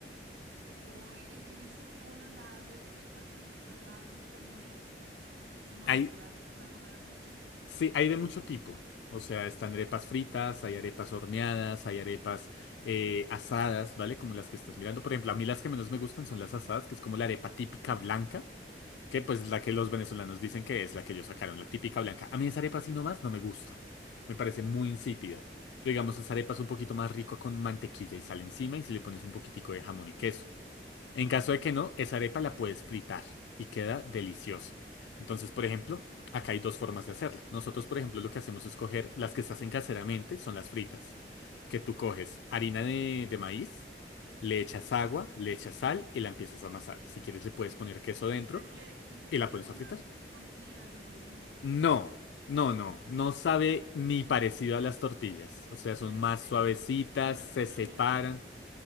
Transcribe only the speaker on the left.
Hay,
sí, hay de mucho tipo. O sea, están arepas fritas, hay arepas horneadas, hay arepas eh, asadas, ¿vale? Como las que estás mirando. Por ejemplo, a mí las que menos me gustan son las asadas, que es como la arepa típica blanca. Que pues la que los venezolanos dicen que es la que ellos sacaron, la típica blanca. A mí esa arepa así nomás no me gusta. Me parece
muy insípida. Pero digamos, esa arepa es un poquito más rico con mantequilla y sal encima y si le pones un poquitico de jamón y queso. En
caso de que no, esa arepa la puedes fritar y queda deliciosa. Entonces, por ejemplo, acá hay dos formas de hacerla. Nosotros, por ejemplo, lo que hacemos es coger las que se hacen caseramente, son las fritas. Que tú
coges harina de, de maíz, le echas agua, le echas sal y la empiezas a amasar. Si quieres, le puedes
poner queso dentro.
¿Y
la pones
a fritar?
No, no, no, no sabe ni parecido a las tortillas. O sea, son
más
suavecitas,
se
separan.